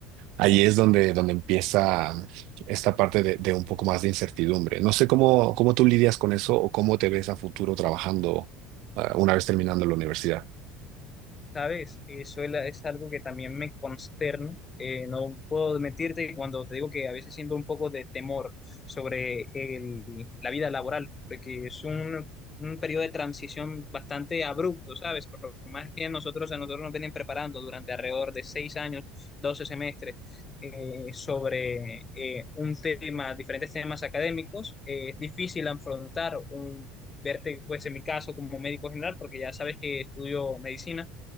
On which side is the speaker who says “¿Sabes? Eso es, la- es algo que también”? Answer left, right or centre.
Left